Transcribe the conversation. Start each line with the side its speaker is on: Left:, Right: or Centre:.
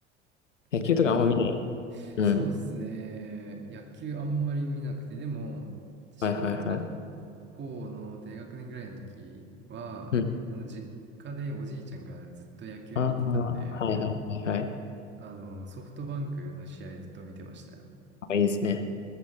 Left: 野球とかあんま見ない。
Right: え、じゃあなんか、
Left: うん。
Right: そうですね。野球あんまり見なくて、でも、小学
Left: はいはいはい。
Right: 校の低学年ぐらいの時は、
Left: うん。
Right: あの、実家でおじいちゃんがずっと野球見てたんで、
Left: ああ、はいはいはいはい。
Right: あの、ソフトバンクの試合ずっと見てましたよ。
Left: あ、いいですね。